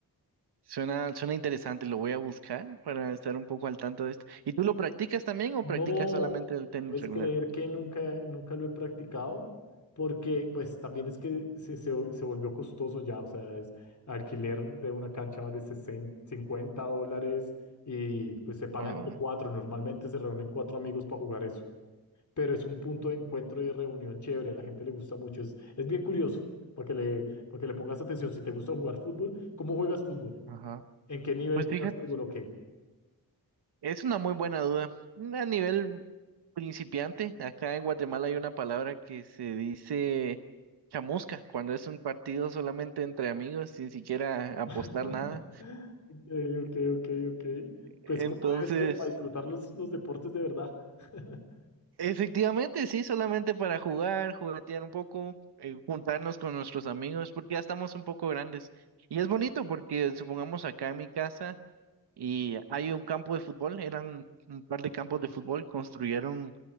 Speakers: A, on the right (about 85°); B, on the left (about 50°).
A: Suena, suena interesante. Lo voy a buscar para estar un poco al tanto de esto. ¿Y tú lo practicas también o
B: No,
A: practicas solamente el tenis
B: puedes
A: regular?
B: creer que nunca, nunca lo he practicado, porque pues también es que se, se, se volvió costoso ya, o sea, es alquiler de una cancha vale 60 50 dólares y pues se paga
A: ¿O no?
B: entre cuatro, normalmente se reúnen cuatro amigos para jugar eso, pero es un punto de encuentro y de reunión chévere, a la gente le gusta mucho, es, es bien curioso, para que le, para que le pongas atención, si te gusta jugar fútbol, ¿cómo juegas fútbol?
A: Ajá.
B: ¿En qué nivel
A: Pues
B: juegas
A: fíjate,
B: fútbol o qué?
A: es una muy buena duda. A nivel principiante, acá en Guatemala hay una palabra que se dice chamusca, cuando es un partido solamente entre amigos, sin siquiera apostar
B: <laughs>
A: nada.
B: Ok, ok, ok, ok. Pues
A: Entonces,
B: como debe ser, para disfrutar los, los deportes de verdad. <laughs>
A: Efectivamente, sí, solamente para jugar, juguetear un poco, eh, juntarnos con nuestros amigos, porque ya estamos un poco grandes. Y es bonito porque supongamos acá en mi casa y hay un campo de fútbol, eran un par de campos de fútbol, construyeron